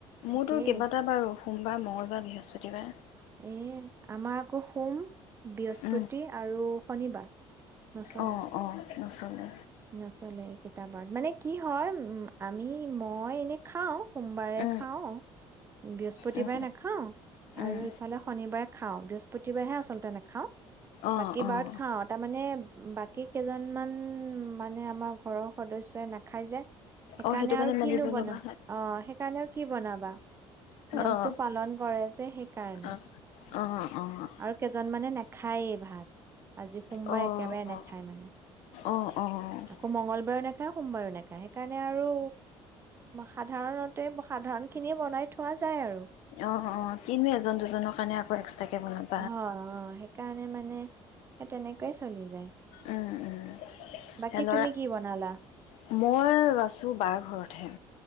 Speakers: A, on the right; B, on the left.
A: ঠিকেই।
B: মোৰটো কেইবাটা বাৰু সোমবাৰ মঙ্গলবাৰ বৃহস্পতিবাৰ
A: এ আমাৰ আকৌ সোম, বৃহস্পতি
B: উম
A: আৰু শনিবাৰ নচলে
B: অ', অ', নচলে।
A: নচলে কেইতা বাৰত মানে কি হয় উ আমি মই এনেই খাওঁ সোমবাৰে
B: উম
A: খাওঁ বৃহস্পতিবাৰে
B: উম
A: নেখাওঁ
B: উম
A: আৰু ইফালে শনিবাৰে খাওঁ বৃহস্পতিবাৰে হে আচলতে নেখাওঁ
B: অ',
A: বাকী
B: অ',
A: বাৰত খাওঁ তাৰমানে বাকী কেইজনমান মানে আমাৰ ঘৰৰ সদস্যই নেখাই যে সেইকাৰণে
B: অ', সেইটো কাৰণে
A: আৰু
B: মানিব
A: কিনো বনা
B: লগা হয়
A: অ সেইকাৰণে আৰু কি বনাবা? নিয়মটো
B: অ',
A: পালন কৰে যে সেইকাৰণে।
B: অ', অ' অ', অ',
A: আৰু কেইজন মানে নে খায়েই ভাত আজি সোমবাৰে
B: অ',
A: একেবাৰে নাখায় মানে
B: অ', অ',
A: আকৌ মঙ্গলবাৰেও নাখায় সোমবাৰেও নাখায় সেইকাৰণে আৰু সাধাৰণতে সাধাৰণ খিনিয়ে বনাই থোৱা যায় আৰু
B: অ' কিনো এজন দুজনৰ কাৰণে আকৌ এক্সট্ৰাকে বনাম।
A: অ' অ' সেইকাৰণে মানে সেই তেনেকৈ চলি যায়।
B: উম <unintelligible>
A: বাকী তুমি কি বনালা?
B: মই আছো বাৰ ঘৰতহে।